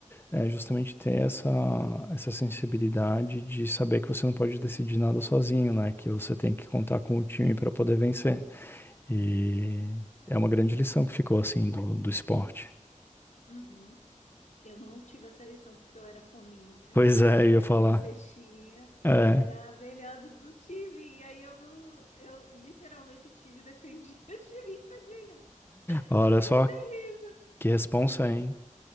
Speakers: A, on the left (about 15°); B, on the left (about 65°).
A: eh, justamente ter essa, essa sensibilidade de saber que você não pode decidir nada sozinho, né? Que você tem que contar com o time para poder vencer. E é uma grande lição que ficou, assim, do, do esporte.
B: uhum. Eu não tive essa lição porque eu era fominha,
A: Pois é, eu ia
B: eu
A: falar.
B: era cestinha, eu
A: É,
B: era a melhor do, do time. E aí eu não, eu literalmente o time dependia <laughs> de mim para ganhar.
A: olha
B: Era
A: só
B: terrível.
A: que responsa, hein?